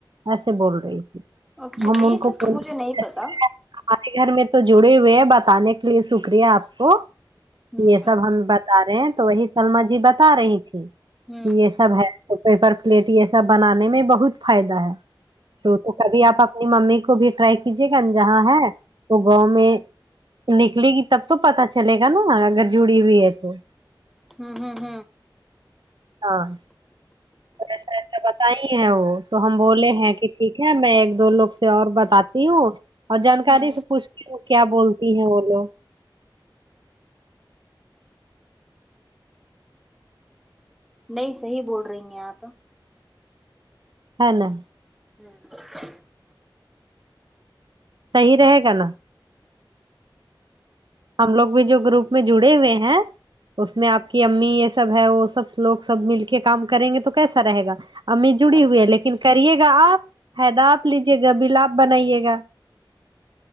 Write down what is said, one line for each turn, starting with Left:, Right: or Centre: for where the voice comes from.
Right: ایسے بول رہی تھی
Centre: اچھا
Right: ہم
Centre: یہ
Right: ان کو
Centre: سب تو مجھے نہیں
Right: آپ
Centre: پتا
Right: کے گھر میں تو جڑے ہوئے ہیں بتانے کے لیے شکریہ آپ کو
Centre: ہوں
Right: یے سب ہم بتا رہے ہیں تو وہی سللمہ جی بتا رہی تھی
Centre: ہوں
Right: یے سب ہے پیپر پلیٹ یے سب بنانے میں بہت فائدہ ہے تو تو کبھی آپ اپنی ممی کو بھی ٹرائی کیجیے گا جہاں ہے تو گاؤں میں نکلے گی تب تو پتہ چلے گا نا اگر جڑی ہوئی ہے تو
Centre: ہمم ہمم
Right: ہاں تو ایسا ایسا بتائی ہیں وہ تو ہم بولے ہیں کی ٹھیک ہے میں ایک دو لوگ سے اور بتاتی ہوں اور جانکاری
Centre: ہوں
Right: سے پوچھتی ہوں کیا بولتی ہیں وہ لوگ
Centre: نہیں صحیح بول رہی ہیں آپ
Right: ہے نہ
Centre: ہمم
Right: صحیح رہے گا نا ہم لوگ بھی جو گروپ میں جڑے ہوئے ہیں اس میں آپ کی امی یے سب ہے وہ سب لوگ سب مل کے کام کریں گے تو کیسا رہے گا امی جڑی
Centre: اچھا
Right: ہوئی ہے لیکن کریے گا آپ فائدہ آپ لیجیے گا بل آپ بنائیے گا